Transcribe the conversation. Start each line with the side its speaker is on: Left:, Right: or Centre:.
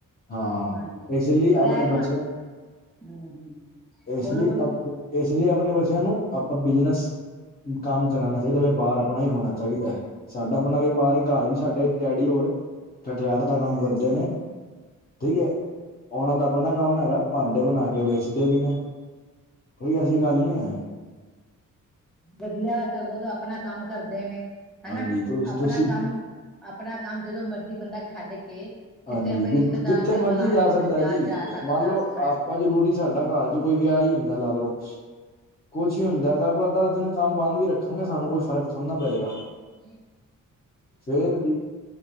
Left: ਹਾਂ
Centre: ਹਾਂਜੀ
Left: ਇਸ ਲਈ
Centre: ਪਰ
Left: ਆਪਣੇ
Centre: ਐ ਨਾ
Left: ਬੱਚਿਆਂ
Centre: ਹੂੰ ਹੂੰ
Left: ਇਸ
Centre: ਬੋਲੋ
Left: ਲਈ
Centre: ਬੋਲੋ
Left: ਅਪ ਇਸ ਲਈ ਆਪਣੇ ਬੱਚਿਆਂ ਨੂੰ ਆਪਾਂ ਬਿਜਨਸ ਕੰਮ ਕਰਾਉਣਾ ਚਾਹੀਦਾ, ਵਪਾਰ ਆਪਣਾ ਹੀ ਹੋਣਾ ਚਾਹੀਦਾ ਹੈ। ਸਾਡਾ ਆਪਣਾ ਵਪਾਰ ਐ, ਘਰ ਵੀ ਸਾਡੇ ਡੈਡੀ ਹੋਰ ਖਟਿਆਰ ਦਾ ਕੰਮ ਕਰਦੇ ਨੇ। ਠੀਕ ਹੈ। ਉਨਾਂ ਦਾ ਆਪਣਾ ਕੰਮ ਹੈਗਾ, ਭਾਂਡੇ ਬਣਾ ਕੇ ਵੇਚਦੇ ਵੀ ਨੇ, ਕੋਈ ਐਸੀ ਗੱਲ ਨਹੀਂ ਹੈ।
Centre: ਵਧੀਆ ਸਗੋਂ ਤੋਂ ਆਪਣਾ ਕੰਮ ਕਰਦੇ ਨੇ।
Left: ਹਾਂਜੀ
Centre: ਹਨਾ ਆਪਣਾ
Left: ਤੁਸੀਂ
Centre: ਕੰਮ, ਆਪਣਾ ਕੰਮ ਜਦੋਂ ਮਰਜ਼ੀ ਬੰਦਾ ਛੱਡ ਕੇ ਕਿਸੇ
Left: ਹਾਂਜੀ
Centre: ਆਪਣੇ ਰਿਸ਼ਤੇਦਾਰ
Left: ਜਿੱਥੇ
Centre: ਦੇ
Left: ਮਰਜੀ
Centre: ਘਰ
Left: ਜਾ
Centre: ਕਿਤੇ
Left: ਸਕਦਾ ਜੀ
Centre: ਜਾ ਸਕਦਾ
Left: ਮੰਨ ਲਓ
Centre: ਵਾ ਹਾਂਜੀ
Left: ਆਪ ਪਰ ਜ਼ਰੂਰੀ ਸਾਡਾ ਘਰ ਚ ਕੋਈ ਵਿਆਹ ਹੀ ਹੁੰਦਾ ਲਾ ਲੋਓ ਕੁਛ ਹੀ ਹੁੰਦਾ ਕਰ ਦਸ ਦਿਨ ਕੰਮ ਬੰਦ ਵੀ ਰੱਖਾਂਗੇ ਸਾਨੂੰ ਕੋਈ ਫਰਕ ਥੁਨਾ ਪਏਗਾ।
Centre: <unintelligible>
Left: ਫੇਰ ਜੀ